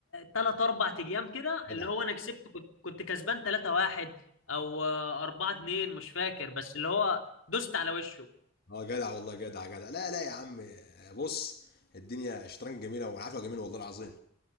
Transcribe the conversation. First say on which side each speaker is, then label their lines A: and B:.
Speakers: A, on the left (about 70°); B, on the left (about 50°).
A: ثلاث اربع ايام كده
B: جدع
A: اللي هو انا كسبت كنت كنت كسبان 3 1 او 4 2 مش فاكر بس اللي هو دوست على وشه
B: اه جدع والله جدع جدع لا لا يا عم بص الدنيا شطرنج جميله والعافيه جميله والله العظيم